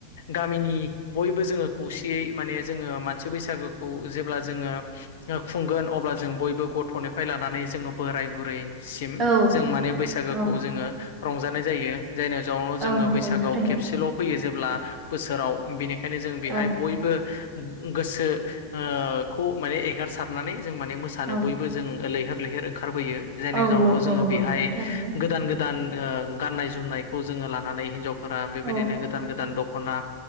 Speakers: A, on the left; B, on the right.
A: गामिनि बयबो जोंङो खौसेयै माने जोंङो मानसि बैसागोखौ जेब्ला जोंङो खुंगोन अब्ला जों बयबो गथ'निफ्राय लानानै जोंङो बोराय बुरै सिम
B: औ
A: जों माने बैसागोखौ
B: औ
A: जोंङो रंजानाय जायो। जायनि जाउनाव जोंङो
B: औ नंगौ
A: बैसागोआव
B: थारैनो
A: खेबसेल' फैयो जेब्ला बोसोराव बिनि बेखायनो जों बेहाय
B: औ
A: बयबो गोसो ओ खौ माने एगारसारनानै जों माने मोसानो
B: औ
A: बयबो बो जों लैहोर लैहोर ओंखार बोयो जेनो
B: औ
A: जाउनाव
B: नंगौ
A: जोंङो
B: नंगौ
A: बेहाय
B: नंगौ थारैनो
A: गोदान गोदान गोदान गाननाय जोमनायखौ जोंङो लानानै हिनजावफोरा बेबायदिनो
B: औ
A: गोदान गोदान दख'ना